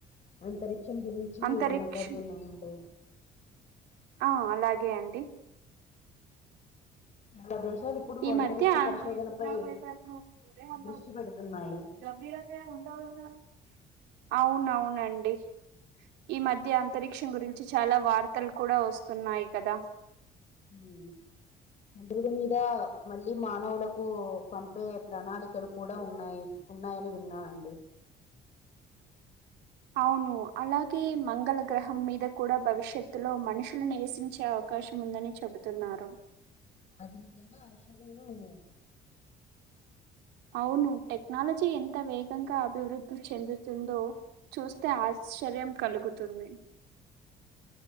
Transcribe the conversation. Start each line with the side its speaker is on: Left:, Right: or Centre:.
Left: అంతరిక్షం గురించి
Right: అంతరిక్ష
Left: మాట్లాడుకుందామండి
Right: ఆ అలాగే అండి
Left: చాలా దేశాలు ఇప్పుడు
Right: ఈ
Left: అంతరిక్ష
Right: మధ్య
Left: పరిశోధనపై
Right: జ్ఞనం భయపడుతున్నావురే ఉండవు
Left: దృష్టి పెడుతున్నాయి
Right: గంభీరంగా ఏ ఉండవున్నారు అవునవునండి ఈ మధ్య అంతరిక్షం గురించి చాలా వార్తలు కూడా వస్తున్నాయి కదా
Left: ఉమ్, చంద్రుడి మీద మళ్ళీ మానవులకు పంపే ప్రణాళికలు కూడా ఉన్నాయి ఉన్నాయని విన్నా అండ్
Right: అవును అలాగే మంగళ గ్రహం మీద కూడా భవిష్యత్తులో మనుషులు నివసించే అవకాశం ఉందని చెబుతున్నారు
Left: అది ఇదంగా ఆశర్య ఉ
Right: అవును టెక్నాలజీ ఎంత వేగంగా అభివృద్ధి చెందుతుందో చూస్తే ఆశ్చర్యం కలుగుతుంది